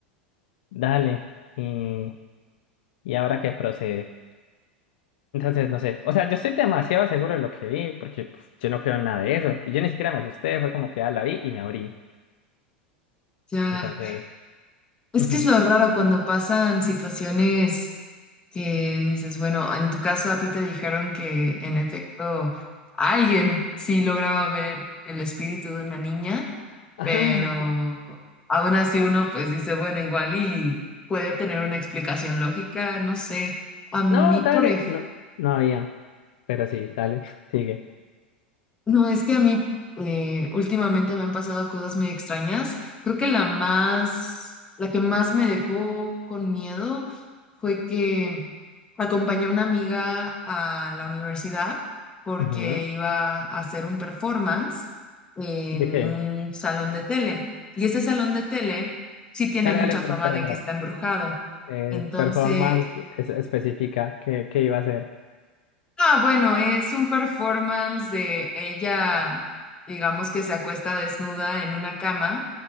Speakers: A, on the left; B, on the left.
A: dale, y, y ahora qué procede. Entonces, no sé, o sea, yo estoy demasiado seguro de lo que vi porque pues, yo no creo en nada de eso. Y yo ni siquiera me asusté, fue como que ah, la vi y me abrí.
B: Ya.
A: Entonces,
B: Es
A: ujú.
B: que es lo raro cuando pasan situaciones. que dices, bueno, en tu caso a ti te dijeron que en efecto alguien sí lograba ver el espíritu de una niña,
A: Ah,
B: pero aún así uno pues dice, bueno, igual y puede tener una explicación lógica, no sé. A mí,
A: no, dale,
B: por ejemplo,
A: no, no había, pero sí, dale, <laughs> sigue.
B: No, es que a mí eh, últimamente me han pasado cosas muy extrañas. Creo que la más, la que más me dejó con miedo fue que acompañé a una amiga a la universidad porque
A: Ujú.
B: iba a hacer un performance en
A: ¿De qué?
B: un salón de tele. Y ese salón de tele sí tiene
A: Dale,
B: mucha
A: dale, espera,
B: fama de
A: espera.
B: que está
A: espera.
B: embrujado.
A: eh,
B: Entonces,
A: performance es- específica que, que iba a hacer.
B: Ah, bueno, es un performance de ella, digamos que se acuesta desnuda en una cama